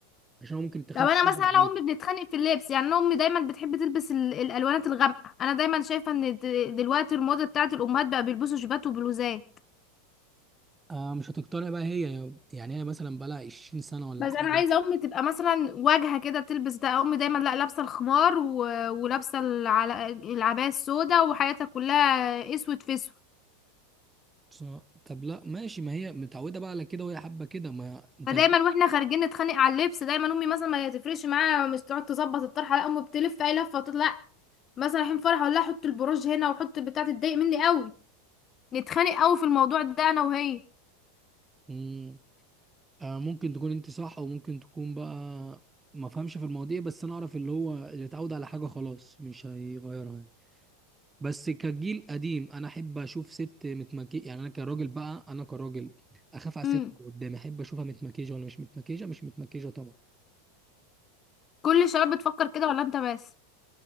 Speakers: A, on the right; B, on the left.
A: عشان ممكن تخاف
B: طب انا
A: فيهم
B: مثلا انا
A: عليك
B: وامي بنتخانق في اللبس يعني انا امي دايما بتحب تلبس ال- الالوانات الغامقة انا دايما شايفة ان د- دلوقتي الموضة بتاعت الامهات بقى بيلبسوا جيبات وبلوزات
A: آه مش هتقتنع بقى هي يعني هي مثلا بقى لها 20 سنة ولا
B: بس
A: حاجة
B: انا عايزة امي تبقى مثلا واجهة كده تلبس ده امي دايما لا لابسة الخمار و... ولابسة العل... العباية السوداء وحياتها كلها اسود في اسود
A: صح. طب لا ماشي ما هي متعودة بقى على كده وهي حابة كده ما انت
B: فدايما واحنا خارجين نتخانق على اللبس دايما امي مثلا ما تفرقش معايا مش تقعد تظبط الطرحه لا امي بتلف اي لفه وتطلع مثلا رايحين فرح ولا حط البروج هنا وحط بتاع تضايق مني قوي نتخانق قوي في الموضوع ده انا وهي
A: مم. آه، ممكن تكون انت صح او ممكن تكون بقى ما فهمش في المواضيع بس انا اعرف اللي هو اللي اتعود على حاجه خلاص مش هيغيرها يعني بس كجيل قديم انا احب اشوف ست متمكي يعني انا كراجل بقى انا كراجل اخاف على
B: امم
A: الست اللي قدامي احب اشوفها متمكيجه ولا مش متمكيجه مش متمكيجه طبعا
B: كل الشباب بتفكر كده ولا انت بس